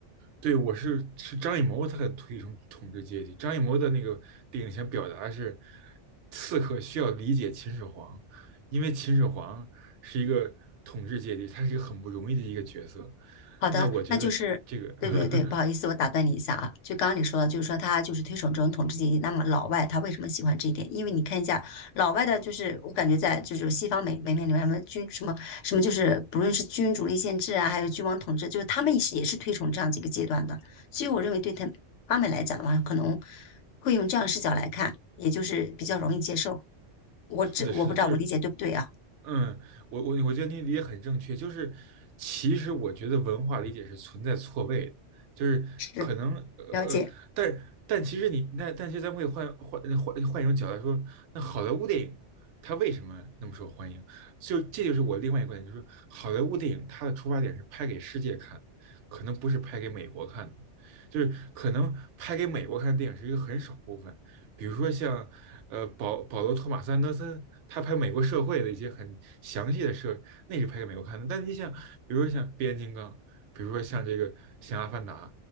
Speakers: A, on the right; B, on the left.
A: 对，我是是张艺谋，他很推崇统治阶级。张艺谋的那个电影想表达是，刺客需要理解秦始皇，因为秦始皇是一个统治阶级，他是一个很不容易的一个角色。
B: 好的，
A: 那我觉得这这个
B: 那就是，对对对，
A: <laughs>
B: 不好意思，我打断你一下啊。就刚刚你说的，就是说他就是推崇这种统治阶级。那么老外他为什么喜欢这一点？因为你看一下老外的，就是我感觉在就是西方美美面里面，什么君什么什么，就是不论是君主立宪制啊，还有君王统治，就是他们也是也是推崇这样几个阶段的。所以我认为对他他们来讲的话，可能会用这样视角来看，也就是比较容易接受。我这我不知道我理解对不对啊？
A: 是的，是的，就是嗯，我我我觉得你理解很正确，就是其实我觉得文化理解是存在错位的，就是可能呃，
B: 是了解。
A: 呃，但但其实你那但是咱们可以换换换换一种角度来说，那好莱坞电影它为什么那么受欢迎？就这就是我另外一个观点，就是好莱坞电影它的出发点是拍给世界看，可能不是拍给美国看的就是可能拍给美国看的电影是一个很少部分，比如说像呃保保罗·托马斯·安德森，他拍美国社会的一些很详细的事，那是拍给美国看的。但你想，比如说像《变形金刚》，比如说像这个像《阿凡达》，